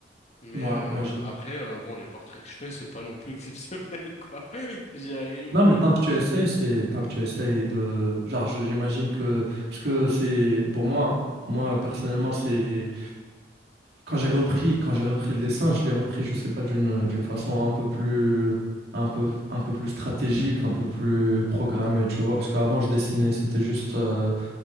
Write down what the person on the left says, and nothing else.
Mais
euh,
après, euh, bon, les portraits que je fais, c'est pas non plus exceptionnel, <laughs> quoi. J'y arrive.
O-